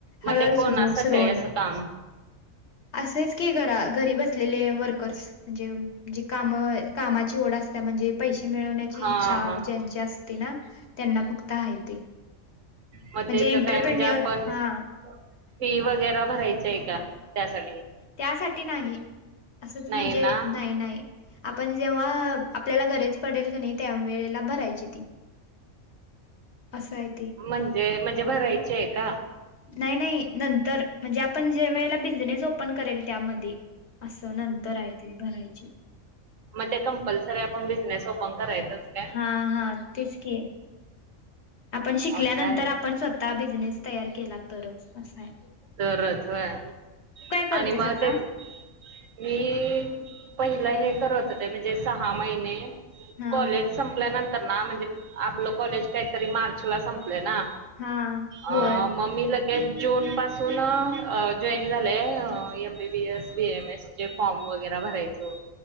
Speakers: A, on the right; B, on the left.
A: मग
B: हळूहळू
A: ते कोणासाठी
B: सु सुरू
A: आहे
B: होणार.
A: असं काम
B: असेच की घरा, घरी बसलेले वर्कर्स म्हणजे जी काम, कामाची ओढ असतीया म्हणजे पैसे मिळ ची,
A: हा
B: इच्छा
A: हा
B: ज्यांची असते ना त्यांना फक्त आहे ते.
A: म,
B: म्हणजे
A: त्येच
B: एंटरप्रेन्युअर
A: काय म्हणजे आपण फी
B: हा
A: वगैरे भरायची आहे का? त्यासाठी
B: त्यासाठी नाही, असंच म्हणजे
A: नाही ना
B: नाही, नाही. आपण जेव्हा, आपल्याला गरच पडेल कनी तेंव्हा त्यावेेळेला भरायची ती. असाय ते.
A: म्हणजे, म्हणजे भरायचेय का?
B: नाही, नाही नंतर म्हणजे आपण जे वेळेला बिझनेस ओपन करेल त्यामध्ये असं नंतर हाय ते भरायची.
A: म, ते कंपल्सरी आपण बिझनेस ओपन करायचंच काय?
B: हा, हा तेच की आपण शिकल्यानंतर
A: असं आहे का
B: आपण स्व ता, बिझनेस तयार केला तरच असाय.
A: तरच होय.
B: करतेस
A: आणि मग
B: आता?
A: तेच मी पहिला हे करत होते. म्हणजे सहा महिने
B: हा
A: कॉलेज संपल्यानंतर ना, म्हणजे आपलं कॉलेज काहीतरी मार्च ला संपलंय ना.
B: हा होय
A: अ म मी लगेच जून पास तो ना जॉईन झालंय. अ M B B S, B M S चे फॉर्म वगैरे भरायचं हो